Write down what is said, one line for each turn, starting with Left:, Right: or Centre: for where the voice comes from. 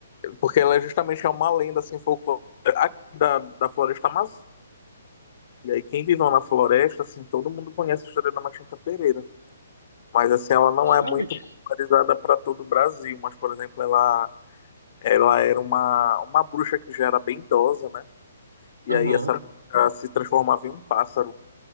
Left: Porque ela é justamente é uma lenda, assim, folclórica aqui da, da floresta amazônica. E aí, quem viveu na floresta, assim, todo mundo conhece a história da Matinta Pereira. Mas, assim, ela não é
Right: Claro
Left: muito
Right: que.
Left: popularizada para todo o Brasil. Mas, por exemplo, ela, ela era uma, uma bruxa que já era bem idosa, né? E
Right: Aham.
Left: aí, essa bruxa se transformava em um pássaro.